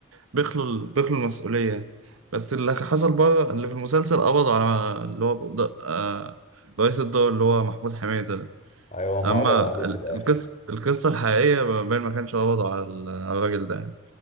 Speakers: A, on the right; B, on the left.
A: بيخلوا ال- بيخلوا المسؤولية بس اللي حصل بره اللي في المسلسل قبضوا على اللي هو ده- آه، رئيس الدور اللي هو محمود حميدة ده
B: ايوه ما
A: أما
B: قبض عليه في
A: ال-
B: الاخر
A: القصة القصة الحقيقية باين ما كانش قبضوا على ال- على الراجل ده يعني